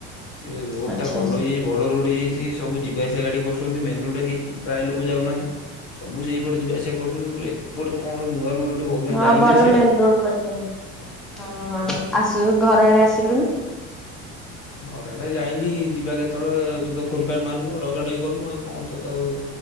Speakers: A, on the left; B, in the centre.
A: ସେ ରୋଡ
B: ଆଚ୍ଛା
A: ଟା ଭଲ ହେଇଯାଇଛି ବଡ ବଡ଼ ରୋଡ ହେଇ ଯାଇଛି ସବୁ ଯିବା ଆସିବା ଗାଡ଼ି କରୁଛନ୍ତି। ମେନ୍ ରୋଡ କେହି ଯି ପ୍ରାୟ ଲୋକ ଯାଉନାହାନ୍ତି। ସବୁ ସେଇପଟେ ଯିବା ଆସିବା କରୁଛନ୍ତି ବୋଇଲେ। ଏଠି ଗୋଟେ କଣ ନୂଆ ରୋଡ ଗୋଟେ ବହୁତ ଦିନ
B: ହଁ
A: ଯାଇନା
B: ଭଲ
A: ସିଆଡେ
B: ମେନ ରୋଡ ବାଟେ।
A: ଓ
B: ହଁ
A: ହୋ ହୋ।
B: ଆସୁ ଘର ଆଡ଼େ ଆସିଲୁନି।
A: ଘର ଆଡେ ଯାଇନି। ଯିବା କେତେବେଳେ ତୁ ତ ଫୁନ୍ ଫାନ୍ ମାରନୁ ଡକା ଡକି କରୁନୁ ଆଉ କଣ ତୁ ତ ଆଉ